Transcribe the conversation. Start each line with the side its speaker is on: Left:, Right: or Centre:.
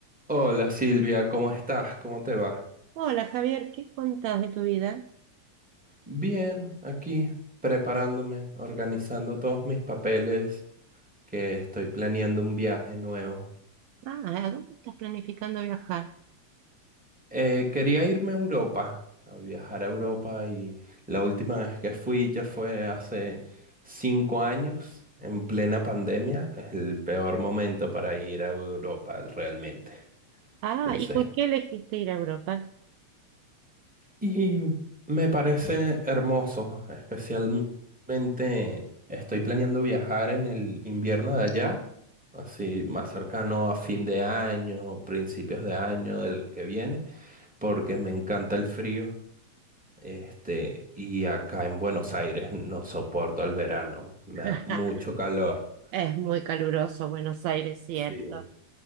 Centre: Hola Silvia, ¿cómo estás? ¿Cómo te va?
Right: Hola Javier, ¿qué contás de tu vida?
Centre: Bien, aquí preparándome, organizando todos mis papeles, que estoy planeando un viaje nuevo.
Right: Ah, ¿a dónde estás planificando viajar?
Centre: Eh, quería irme a Europa, a viajar a Europa y la última vez que fui ya fue hace cinco años, en plena pandemia, el peor momento para ir a Europa realmente.
Right: Ah,
Centre: Entonces
Right: ¿y por qué elegiste ir a Europa?
Centre: Y me parece hermoso, especialmente estoy planeando viajar en el invierno de allá, así más cercano a fin de año, principios de año del que viene, porque me encanta el frío. Este, y acá en Buenos Aires no soporto el verano, me
Right: <laughs>
Centre: da mucho calor.
Right: Es muy caluroso Buenos Aires, cierto.
Centre: Sí,